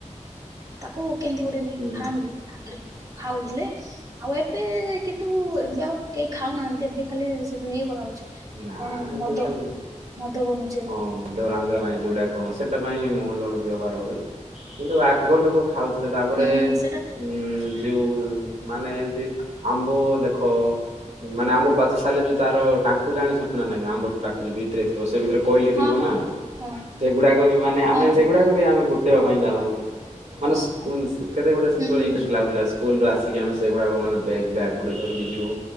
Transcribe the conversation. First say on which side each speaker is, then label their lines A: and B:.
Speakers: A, on the right (about 25°); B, on the right (about 65°).
A: ତାକୁ କେମତି ଗୁଟେ ନେଇକି
B: ହୁଁ
A: ଖାଆନ୍ତି ଆଗରେ ଖାଉଥିଲେ ଆଉ ଏବେ କିନ୍ତୁ ଏବେ ଆଉ କେହି ଖାଉନାହାନ୍ତି ଏବେ ଖାଲି ସେଥୁରୁ ଇଏ କରାହଉଛି କଣ
B: ନା ଏବେ
A: ମଦ
B: ଖାଲି
A: ମଦ ବନୁଛି ଏବେ।
B: ହଁ ମୁଦ ରାନ୍ଧିବା ପାଇଁ ଯୋଉଡା କଣ ସେଟା ପାଇଁ ମହୁଲର ବ୍ୟବହାର ହୁଏ କିନ୍ତୁ ଆଗ ଲୋକ ଖାଉଥିଲେ ତାପରେ
A: ହୁଁ ସେଟା
B: ଉଁ ଯଉ ମାନେ ଏମତି ଆମ୍ବ ଦେଖ ମାନେ ଆମ୍ବ ପାଚି ସାରିଲେ ଯୋଉ ତାର ଟାଙ୍କୁ ଜାଣିଛନ୍ତିନା ନାଇଁ ଆମ୍ବର ଟାକୁ ଯୋଉ ଭିତରେ ଥିବ ସେ ଭିତରେ କୋଇଲି ଥିବ
A: ହଁ ହଁ
B: ନା
A: ହଁ
B: ସେଗୁଡାକ ବି ମାନେ ଆମେ
A: ହଁ ହଁ ହଁ
B: ସେଗୁଡାକ ବି ଆମେ ଗୁ ଗୋଟାଇବା ପାଇଁ ଯାଉ ମାନେ ସ୍କୁଲ ସେତେବେଳେ
A: ହୁଁ
B: ଇନଷ୍ଟ
A: ହୁଁ
B: ଲାଗୁଥିଲା। ସ୍କୁଲରୁ ଆସିକି ଆମେ ସେଗୁଡାକ ମାନେ ବେଗ ବ୍ୟାଗ୍ ଗୋଟେ ଧରିକି ଯିବୁ